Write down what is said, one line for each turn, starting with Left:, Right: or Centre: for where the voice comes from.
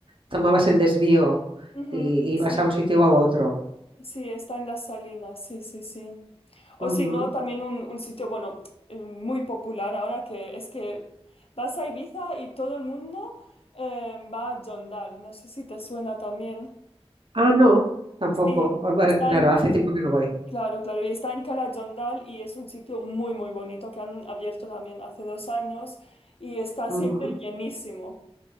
Right: tomabas el desvío
Left: ujú,
Right: y ibas
Left: sí.
Right: a un sitio o a otro.
Left: Sí, está en las Salinas, sí, sí, sí. O
Right: Ujú.
Left: si no, también un, un sitio, bueno, eh, muy popular ahora que es que vas a Ibiza y todo el mundo eh, va a Jondal. No sé si te suena también.
Right: Ah, no, tampoco.
Left: Sí,
Right: Ah, bueno,
Left: está
Right: claro,
Left: en,
Right: hace tiempo que no voy.
Left: claro, claro, y está en Cala Jondal y es un sitio muy, muy bonito que han abierto también hace dos años y está
Right: Ujú.
Left: siempre llenísimo.